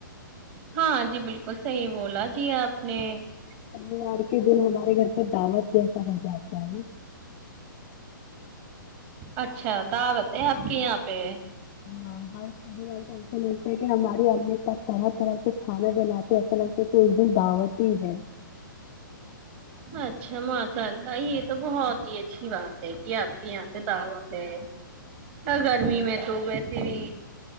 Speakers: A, on the right; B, on the left.
A: ہاں جی بالکل صحیح بولا جی آپ نے <unintelligible>
B: شنیوار کے دن ہمارے گھر پر دعوت <unintelligible> جیسا ہو جائے چے <unintelligible>
A: اچھا تو بت آپ کے یہاں پہ <unintelligible>
B: ہاں <unintelligible> ہم وال تو ایسن ہوتا ہے کہ ہماری امی پاس طرح طرح سے <unintelligible> کھانا بناتے اپنے سے ک دن دعوت ہی ہے
A: اچھا ماشاء اللہ یہ تو بہت ہی اچھی بات ہے کہ آپ کے یہاں پہ دعوت ہے گرمی میں تو ویسے بھی